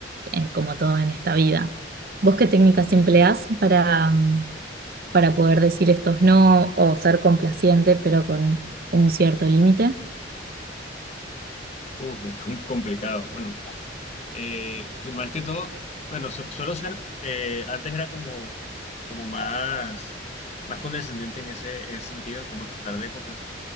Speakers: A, on the right; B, on the left.
A: eh, como todo en esta vida. ¿Vos qué técnicas empleás para, mm, para poder decir estos no o ser complaciente, pero con un cierto límite?
B: Uf, es com- complicado. Bueno, Eh, más que todo, bueno, su- suelo ser, eh, antes era como, como más, más condescendiente en ese, en ese sentido, como tratar de complacer.